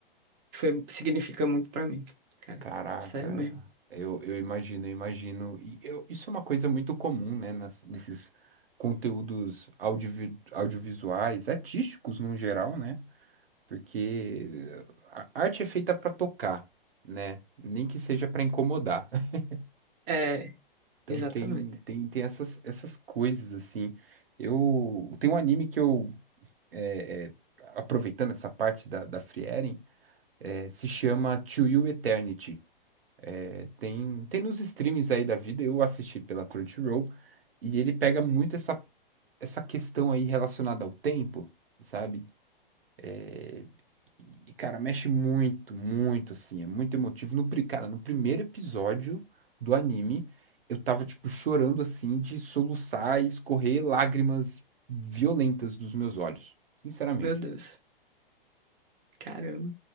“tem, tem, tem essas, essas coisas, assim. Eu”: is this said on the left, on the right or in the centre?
Right